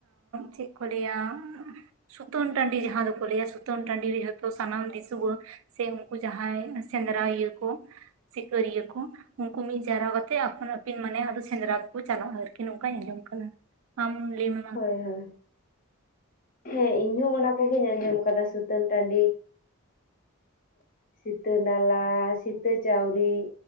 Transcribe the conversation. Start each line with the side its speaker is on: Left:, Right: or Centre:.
Right: ᱪᱮᱫ ᱠᱚ ᱞᱟᱹᱭᱟ ᱮᱸᱜ? ᱥᱩᱛᱟᱹᱱ ᱴᱟᱺᱰᱤ ᱡᱟᱦᱟᱸ ᱫᱚᱠᱚ ᱞᱟᱹᱭᱟ ᱥᱩᱛᱟᱹᱱ ᱴᱺᱰᱤ ᱡᱷᱚᱛ ᱛᱚ ᱥᱟᱱᱟᱢ ᱫᱤᱥᱩᱣᱟᱹ ᱥᱮ ᱩᱱᱠᱩ ᱡᱟᱦᱟᱸᱭ ᱥᱮᱸᱫᱽᱨᱟ ᱤᱭᱟᱹ ᱠᱚ ᱥᱤᱠᱟᱹᱨᱤᱭᱟᱹ ᱠᱚ ᱩᱝᱠᱩ ᱢᱤᱜ ᱡᱟᱣᱨᱟ ᱠᱟᱛᱮ ᱟᱯᱟᱱ ᱟᱹᱯᱤᱱ ᱢᱟᱱᱮ ᱟᱫᱚ ᱥᱮᱸᱫᱽᱨᱟ ᱠᱚᱠᱚ ᱪᱟᱞᱟᱜᱼᱟ ᱟᱨᱠᱤ ᱚᱝᱠᱟᱧ ᱟᱸᱡᱚᱢ ᱠᱟᱱᱟ ᱟᱢ ᱞᱟᱹᱭᱟᱢ
Left: ᱦᱳᱭ ᱦᱳᱭ ᱦᱮᱸ ᱤᱧ ᱦᱚᱸ ᱚᱱᱟ ᱠᱚᱜᱤᱧ ᱟᱸᱡᱚᱢ ᱠᱟᱫᱟ ᱥᱩᱛᱟᱹᱱ ᱴᱟᱺᱰᱤ ᱥᱤᱛᱟᱹ ᱱᱟᱞᱟ ᱥᱤᱛᱟᱹ ᱪᱟᱣᱨᱤᱜ